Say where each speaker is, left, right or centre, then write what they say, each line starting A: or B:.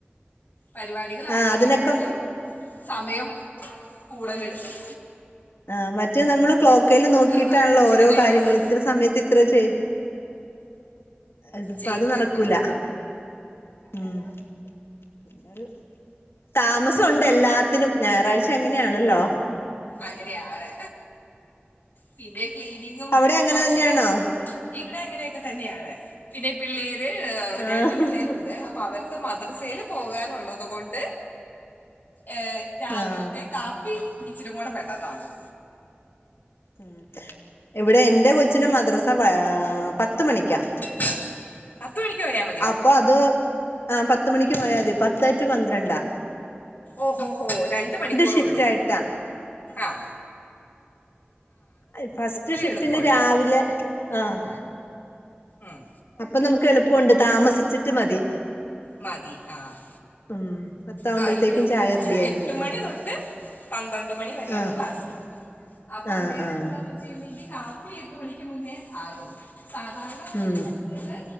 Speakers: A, on the left; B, on the left.
A: പരിപാ ടികളാണെങ്കി
B: ആ അതിനൊക്കെ
A: പോലും സമയം കൂടെലെടുക്കും.
B: ആ മറ്റേ നമ്മള് ക്ലോക്കയിൽ നോക്കീട്ടാണല്ലോ
A: ആ, അ- ഉച്ചക്കത്തേക്കുള്ളത്
B: ഓരോ കാര്യങ്ങള് ഇത്ര സമയത്ത് ത്ര ചെയ് അത് പ്പത്
A: ചെയ്തു
B: നടക്കൂല.
A: തീർക്കണം
B: ഉം പിന്നൊരു. താമസഉണ്ട് എല്ലാത്തിനും ഞായറാഴ്ച അങ്ങനെയാണല്ലോ.
A: അങ്ങനെയാണ് പിന്നെ ക്ലീനിങ്ങും
B: അവിടെ അങ്ങനെ
A: വാഷിങ്ങും.
B: തന്നെയാണോ
A: ഇവിടെ അങ്ങനെയൊക്കെ തന്നെയാണ് പിന്നെ പിള്ളേര്
B: ആഹ്
A: രണ്ടു പിള്ളേരു ഉ ദെ അപ്പ അവർക്ക് മദ്രസയിൽ പോകാനുള്ളത് കൊണ്ട് ഏഹ്. രാവിൽത്തെ
B: ആഹ്
A: കാപ്പി ഇച്ചരിം കൂടെ പെട്ടന്നാകും.
B: ഉം ഇവിടെ എന്റെ കൊച്ചിന് മദ്രസ പ്യാ പത്ത് മണിക്ക്യാ.
A: <inaudible> പത്ത് മണിക്കോയാ മ
B: അപ്പൊ അത് ആ പത്ത് മണിക്ക് പോയാമതി പത്തെ റ്റു പന്ത്രണ്ടാ.
A: ഓഹോ ഹോ രണ്ട് മണിക്കൂറൊള്ളൂ
B: ഷിഫ്റ്റ് ആയിട്ടാ
A: ആഹ്.
B: അവ് ഫസ്റ്റ് ഷിഫ്റ്റിന്
A: എളുപ്പമുണ്ട്
B: രാവിലെ ആഹ്.
A: ആഹ്.
B: അപ്പ നമുക്ക് എളുപ്പുണ്ട് താമസിച്ചിട്ട് മതി.
A: മതി ആഹ്
B: ഉം പത്താവുമ്പോഴത്തേക്കും
A: ആ ഇവിടെ എങ്ങനെയാന്ന്
B: ചായ
A: വെച്ചാ
B: റെഡി ആയാൽ
A: എട്ട്
B: മതി
A: മണി തൊട്ട്. പന്ത്രണ്ട് മണി വരെയാണ്
B: ആഹ്
A: ക്ലാസ് അപ്പ
B: ആഹ്
A: അന്നേരം
B: ആഹ്
A: എന്താന്ന് ച്ച് എനിക്ക് കാപ്പി എട്ട് മണിക്ക് മുന്നേ ആകും സാധാര
B: ഉം.
A: ത്